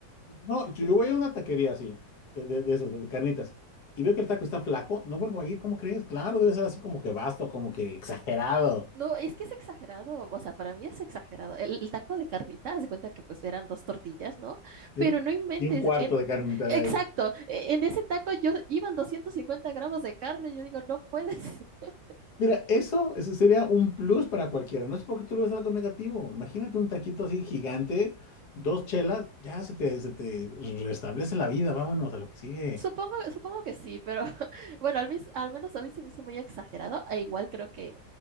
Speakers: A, on the left; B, on the right.
A: No, yo yo voy a una taquería así, de, de, de esos, de, de carnitas, y veo que el taco está flaco, no vuelvo a ir, ¿cómo crees? Claro, debe ser así como que vasto, como que exagerado.
B: No, es que es exagerado, o sea, para mí es exagerado. El, el taco de carnita, haz de cuenta que pues eran dos tortillas, ¿no? Pero
A: ¿sí?
B: no inventes,
A: Y un cuarto
B: en-
A: de carnitas
B: exacto,
A: ahí.
B: e- en ese taco yo iban 250 gramos de carne, yo digo, no puedes. <laughs>
A: Mira, eso, eso sería un plus para cualquiera. No sé por qué tú le ves algo negativo. Imagínate un taquito así gigante, dos chelas, ya se te, se te restablece la vida. Vámonos a lo que sigue.
B: Supongo, supongo que sí, pero <laughs> bueno, al, mis- al menos a mí se me hizo muy exagerado, e igual creo que,